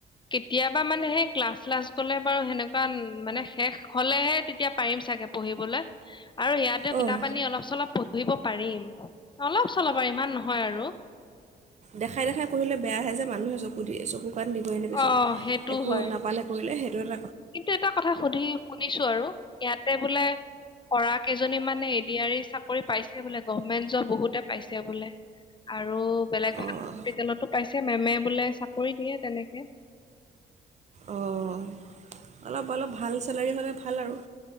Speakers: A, on the left; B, on the right.
A: কেতিয়াবা মানে সেই ক্লাছ -শ্লাচ গ'লে বাৰু সেনেকুৱা মানে শেষ হ'লেহে তেতিয়া পাৰিম চাগে। পঢ়িবলৈ আৰু ইয়াত
B: অঁ
A: কিতাপ আনি অলপ চলপ পঢ়িব পাৰিম, অলপ চলপ আৰু, ইমান নহয় আৰু।
B: দেখাই দেখাই পঢ়িলে বেয়াহে, যে মানুহে চকু দিয়ে। চকু, কাণ দিবই এনে পিছত
A: অ সেইটো
B: একো
A: হয়।
B: নাপালে। কৰিলে সেইটোত
A: কিন্তু এটা কথা সুধি শুনিছোঁ আৰু, ইয়াতে বোলে কৰা কেইজনী মানে, এডি আৰু ই চাকৰি পাইছে বোলে, গভমেন্ট জব বহুতে পাইছে বোলে। আৰু বেলেগ
B: অঁ
A: ভাল হস্পিতেলটো পাইছে। পিছে মেমে বোলে চাকৰি দিয়ে, তেনেকে।
B: অ', অলপ অলপ ভাল চেলাৰী হ'লে ভাল আৰু,